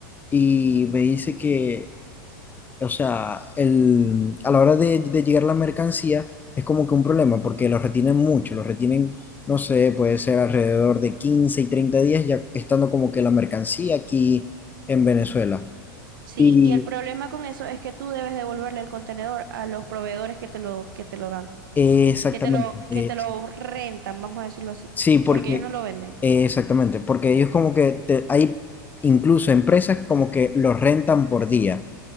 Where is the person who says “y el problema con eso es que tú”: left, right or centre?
Right